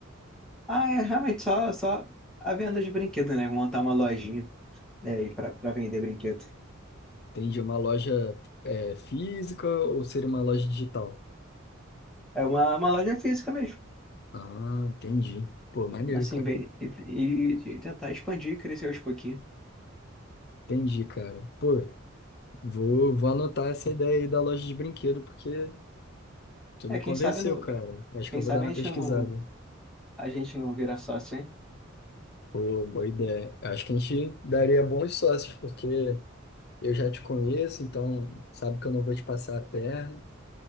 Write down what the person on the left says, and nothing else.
Entendi. Uma loja é, física ou seria uma loja digital?
Ah, entendi. Pô, maneiro,
cara.
Entendi, cara. Pô, vou, vou anotar essa ideia aí da loja de brinquedo, porque tu
me
convenceu,
cara. Acho
que eu
vou dar uma
pesquisada.
Pô, boa ideia. Acho que a gente daria bons sócios, porque eu já te conheço, então sabe que eu não vou te passar a perna.